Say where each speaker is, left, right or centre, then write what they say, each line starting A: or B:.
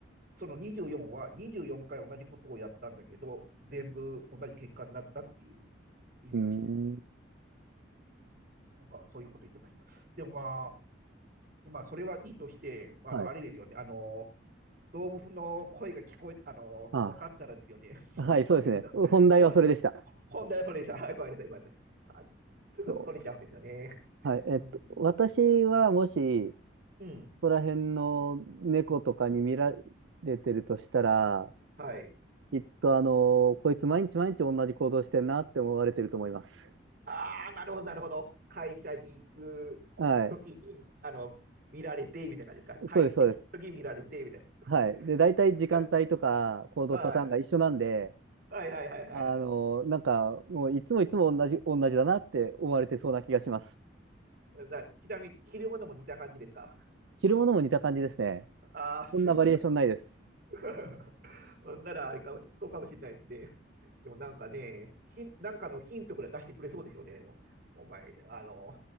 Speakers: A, on the right; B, on the right.
A: その24は24回同じことをやったんだけど、全部同じ結果になったっていう意味らしいです。
B: うーん。
A: なんかそういうこと言ってました。でもまあ、まあ、それはいいとして、あの、
B: はい。
A: あれですよね。あの、動物の声が聞こえ、あの、
B: あ、
A: 分かったらですよね。<laughs>
B: はい、そうですね。
A: 忘れてた。
B: 本題はそれでした。
A: あこれ本題はそれでした。はいごめんなさい、ごめんなさい。あすぐそれちゃうんですよね。
B: そう。はい。えっと、
A: うん。
B: 私はもし、
A: うん。
B: こら辺の猫とかに見ら
A: うん
B: れてるとしたら、
A: はい。
B: きっとあの、こいつ毎日毎日同じ行動してんなって思われてると思います。
A: ああ、なるほど、なるほど。会社に行くときに、
B: はい。
A: あの、見られて、みたいな感じですか。
B: そうです、
A: 帰ってきたとき見られて、
B: そうです。
A: みたいな。
B: はい。で、大体時間帯とか行動パターンが一緒なんで、
A: 確かに。はい。はいはいはいはいは
B: あの、なんかもういつもいつも同じ、同じだなって思われてそうな気がします。
A: い。な、ちなみに、着るものも似た感じですか。
B: 着るものも似た感じですね。
A: ああ、
B: こんなバリエーションないです。
A: そうした。<laughs> ほんなら、あれかもし、そうかもしれないですね。<laughs> でもなんかね、ヒン、なんかのヒントくらい出してくれそうですよね、でも。お前、あの、